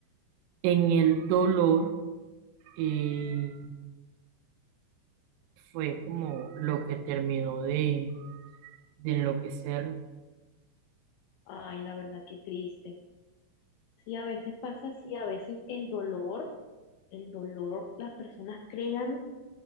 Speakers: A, on the right; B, on the left.
A: en el dolor eh, fue como lo que terminó de, de enloquecer
B: ay, la verdad, qué triste. Sí, a veces pasa, sí, a veces el dolor, el dolor, las personas crean,